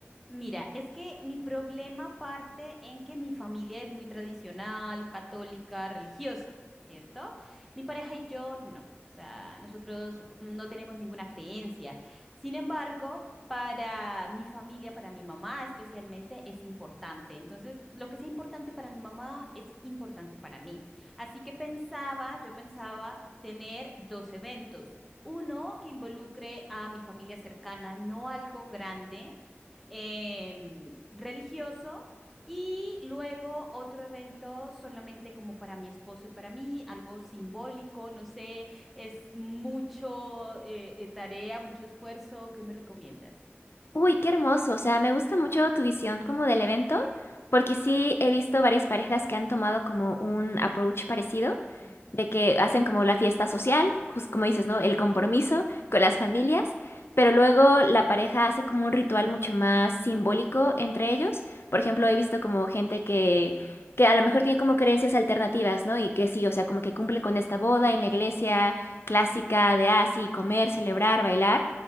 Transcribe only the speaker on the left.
Uy, qué hermoso. O sea, me gusta mucho tu visión como del evento, porque sí he visto varias parejas que han tomado como un approach parecido,
de que hacen como la fiesta social, jus- como dices, ¿no? El compromiso
con las familias, pero luego la pareja hace como un ritual mucho más simbólico entre ellos. Por ejemplo, he visto como gente que, que a lo mejor tiene como creencias alternativas, ¿no? Y que
sí, o sea, como que cumple con esta boda en la iglesia clásica de así, comer, celebrar, bailar